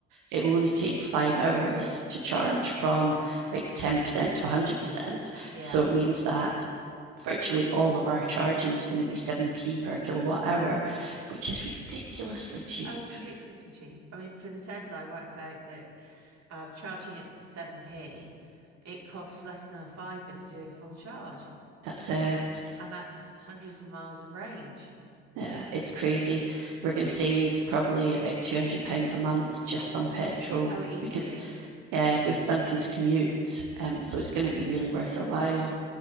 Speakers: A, on the right; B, on the right.
A: it will only take five hours to charge from
B: Yeah,
A: like 10% to 100%.
B: yeah.
A: So it means that virtually all of our charging is going to be 7p per kilowatt hour, which is ridiculously cheap.
B: Oh, it's ridiculously cheap. I mean, for the Tesla, I worked out that um, charging at 7p, it costs less than a fiver to do a full charge,
A: That's it.
B: and that's hundreds of miles of range.
A: Yeah, it's crazy. We're going to save probably about £200 a month just on petrol
B: Oh, easily.
A: because, yeah, with Duncan's commute. Um, so it's going to be really worth our while.